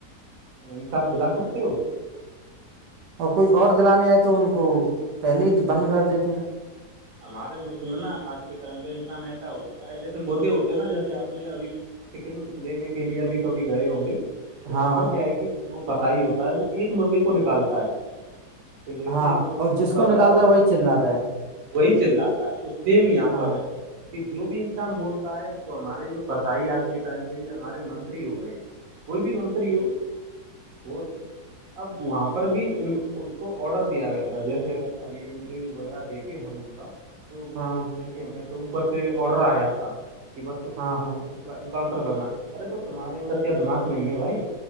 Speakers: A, on the right; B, on the right.
A: حساب دلا سکتے ہو
B: اور کوئی اور دلانے آئے تو ان کو پہلے ہی بند کر دیتے ہیں
A: ہمارے ملک میں نا آج کے ٹائم پہ انسان ایسا ہو چکا ہے جیسے مرغے ہوتے ہیں نا جیسے آپ نے ابھی چکن لینے کے لیے ابھی کبھی گئے ہوں گے تو
B: ہاں
A: وہاں پر
B: ہاں
A: کیا ہے کہ وہ کسائی ہوتا ہے وہ ایک مرغے کو نکالتا ہے پنجرے
B: ہاں
A: سے ایک مرغے
B: اور جس کو نکالتا
A: تو
B: ہے وہی چ جاتا ہے
A: وہی چل رہاتا ہے تو سیم یہاں
B: ہاں
A: پر ہے کہ جو بھی انسان بولتا ہے تو ہمارے جو کسائی آج کے ٹائم پہ یہ ہمارے منتری ہو گئے ہیں کوئی بھی منتری ہو اور اب وہاں پر بھی ان ان کو آڈر دیا گیا تھا جیسے اگر ابھی انٹرویو وغیرہ دیکھ ہم ان کا تو وہ
B: ہاں
A: بولتے ہیں کہ ہمیں تو اوپر سے آڈر آیا تھا کہ بس اس
B: ہاں
A: کو
B: ہاں
A: انکاؤنٹر کرنا ارے تو تمہارے اندر کیا دماغ نہیں ہے بھائی